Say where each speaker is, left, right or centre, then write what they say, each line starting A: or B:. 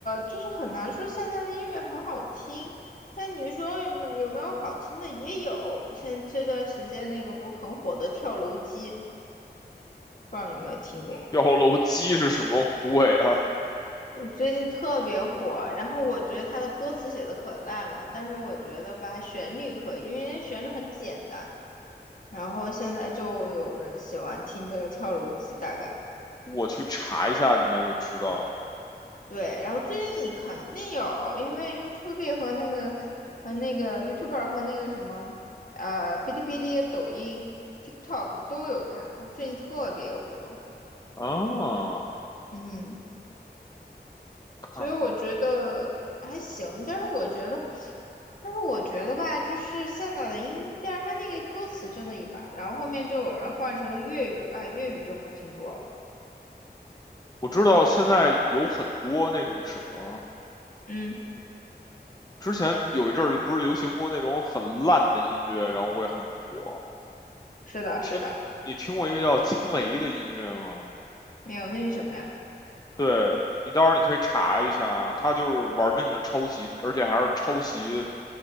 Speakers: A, on the left; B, on the left.
A: 就是很难说现在的音乐很好听，但你说有没有没有好听的也有，像这段时间那个不很火的跳楼机，不知道你有没有听过？
B: 跳楼机是什么鬼啊？
A: 嗯最近特别火，然后我觉得他的歌词写的可烂了，但是我觉得吧，它旋律可以，因为那旋律很简单，然后现在就有人喜欢听这个跳楼机，大概。
B: 我去查一下，应该就知道了
A: 对，然后最近你肯定有，因为 YouTube 和那个和那个 YouTuber 和那个什么呃哔哩哔哩、抖音、TikTok 都有他，那最近特别火。
B: 啊。
A: 嗯，
B: 看看，
A: 所以我觉得还行，但是我觉得，但是我觉得吧，就是现在的音调，它那个歌词真的一般，然后后面就有人换成了粤语，哎，粤语就好听多了。
B: 我知道现在有很多那种什么，
A: 嗯，
B: 之前有一阵儿不是流行过那种很烂的音乐，然后会很火。
A: 是的，
B: 你听，
A: 是的，
B: 你听过一个叫惊雷的音乐吗？
A: 没有那什么呀
B: 对，你到时候你可以查一下，他就是玩命的抄袭，而且还是抄袭，